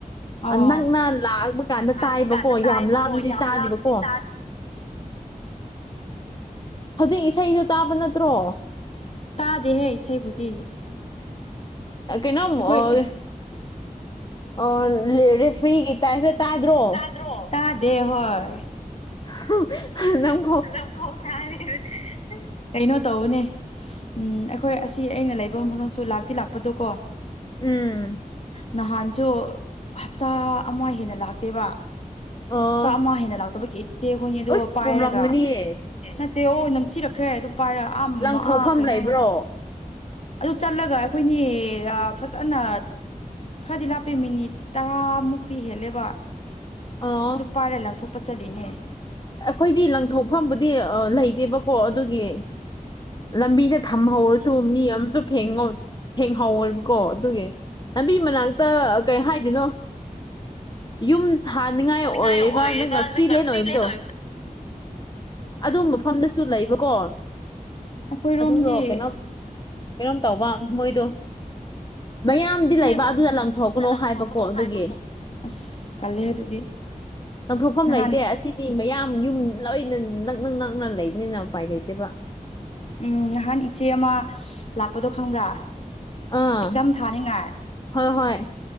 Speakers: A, on the left (about 50°); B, on the left (about 30°).
A: ꯑꯣ
B: ꯑꯥ ꯅꯛꯅ ꯂꯥꯛꯑꯕ ꯀꯥꯟꯗ
A: ꯂꯥꯛꯄ
B: ꯇꯥꯏꯕꯀꯣ
A: ꯀꯥꯟꯗ ꯇꯥꯏꯕꯀꯣ
B: ꯌꯥꯝ ꯂꯥꯞꯔꯗꯤ
A: ꯌꯥꯝ
B: ꯇꯥꯗꯦꯕꯀꯣ
A: ꯂꯥꯞꯅꯗꯤ ꯇꯥꯗꯦꯕ
B: ꯍꯧꯖꯤꯛ ꯏꯁꯩꯗꯨ ꯇꯥꯕ ꯅꯠꯇ꯭ꯔꯣ
A: ꯇꯥꯗꯦꯍꯦ ꯏꯁꯩꯕꯨꯗꯤ
B: ꯑꯥ ꯀꯩꯅꯣꯝ
A: ꯑꯩꯈꯣꯏ
B: ꯑꯣꯏ ꯑꯣꯟ ꯂꯦ ꯔꯦꯐ꯭ꯔꯤꯒꯤ ꯇꯥꯏꯞꯇꯥ ꯇꯥꯗ꯭ꯔꯣ
A: ꯗ꯭ꯔꯣ ꯇꯥꯗꯦ ꯍꯣꯏ
B: <unintelligible> ꯅꯪ
A: ꯅꯪ <unintelligible> ꯀꯩꯅꯣ ꯇꯧꯕꯅꯦ ꯎꯝ ꯑꯩꯈꯣꯏ ꯑꯁꯤ ꯑꯩꯅ ꯂꯩꯕ ꯃꯐꯝꯗꯁꯨ ꯂꯥꯛꯇꯤ ꯂꯥꯛꯄꯗꯣ ꯀꯣ
B: ꯎꯝ
A: ꯅꯍꯥꯟꯁꯨ ꯍꯞꯇꯥ ꯑꯃ ꯍꯦꯟꯅ ꯂꯥꯛꯇꯦꯕ
B: ꯑꯣ
A: ꯇꯥ ꯑꯃ ꯍꯦꯟꯅ ꯂꯥꯛꯇꯕꯒꯤ ꯏꯆꯦꯈꯣꯏꯅꯤ ꯗꯣ
B: ꯑꯁ
A: ꯄꯥꯏꯔꯒ
B: <unintelligible>
A: ꯅꯠꯇꯦ ꯑꯣ ꯅꯝꯊꯤꯔꯛꯈ꯭ꯔꯦ ꯑꯗꯨ ꯄꯥꯏꯔꯒ ꯑꯥ
B: ꯂꯪꯊꯣꯛꯐꯝ
A: ꯑꯥ ꯀꯩꯅꯣꯔꯣ
B: ꯂꯩꯕ꯭ꯔꯣ
A: ꯑꯗꯨ ꯆꯠꯂꯒ ꯑꯩꯈꯣꯏꯅꯤ ꯐꯖꯅ ꯈꯔꯗꯤ ꯂꯥꯞꯄꯦ ꯃꯤꯅꯤꯠ ꯇꯔꯥꯃꯨꯛꯇꯤ ꯍꯦꯜꯂꯦꯕ
B: ꯑ
A: ꯑꯗꯨ ꯄꯥꯏꯔꯦ ꯂꯪꯊꯣꯛꯄ ꯆꯠꯂꯤꯅꯦ
B: ꯑꯩꯈꯣꯏꯗꯤ ꯂꯪꯊꯣꯛꯐꯝꯕꯨꯗꯤ ꯑꯥ ꯂꯩꯇꯦꯕꯀꯣ ꯑꯗꯨꯒꯤ ꯂꯝꯕꯤꯗ ꯊꯝꯍꯧꯔꯁꯨ ꯃꯤ ꯑꯝꯇ ꯐꯦꯡꯉꯣꯏ ꯍꯦꯡꯍꯥꯎꯋꯣꯏꯕꯀꯣ ꯑꯗꯨꯒꯤ ꯂꯝꯕꯤ ꯃꯅꯥꯛꯇ ꯀꯩ ꯍꯥꯏꯗꯣꯏꯅꯣ ꯌꯨꯝ ꯁꯥꯅꯤꯡꯉꯥꯏ
A: ꯆꯅꯤꯡꯉꯥꯏ
B: ꯑꯣꯏꯔꯒ ꯅꯪ ꯐ꯭ꯔꯤꯂꯦꯟ
A: ꯅꯪꯅ ꯐ꯭ꯔꯤ
B: ꯑꯣꯏꯕꯗꯣ
A: ꯂꯦꯟ ꯑꯣꯏꯕꯗ
B: ꯑꯗꯨ ꯃꯐꯝꯗꯁꯨ ꯂꯩꯕꯀꯣ
A: ꯑꯩꯈꯣꯏꯔꯣꯝꯗꯤ
B: ꯑꯗꯨꯗꯣ ꯀꯩꯅꯣꯝ ꯀꯩꯅꯣꯝ ꯇꯧꯕ ꯃꯣꯏꯗꯣ ꯃꯌꯥꯝꯗꯤ
A: ꯏꯆꯦ
B: ꯂꯩꯕ ꯑꯗꯨꯗ ꯂꯪꯊꯣꯛꯀꯅꯣ
A: ꯂꯪꯊꯣꯛꯀꯅꯨ
B: ꯍꯥꯏꯕꯀꯣ ꯑꯗꯨꯒꯤ
A: ꯍꯥꯏꯕꯀꯣ ꯑꯁ ꯇꯜꯂꯦꯍꯦ ꯑꯗꯨꯗꯤ
B: ꯂꯪꯊꯣꯛꯐꯝ
A: ꯅꯍꯥꯟ
B: ꯂꯩꯇꯦ ꯑꯁꯤ ꯃꯌꯥꯝ ꯌꯨꯝ ꯂꯣꯢꯅ ꯅꯛꯅ ꯅꯛꯅ ꯂꯩꯕꯅꯤꯅ ꯎꯄꯥꯏ ꯂꯩꯇꯦꯕ
A: ꯎꯝ ꯅꯍꯥꯟ ꯏꯆꯦ ꯑꯃ ꯂꯥꯛꯄꯗꯣ ꯈꯪꯕ꯭ꯔꯥ
B: ꯑꯥ
A: ꯑꯦꯛꯖꯥꯝ ꯊꯥꯅꯤꯡꯉꯥꯏ
B: ꯍꯣꯏ ꯍꯣꯏ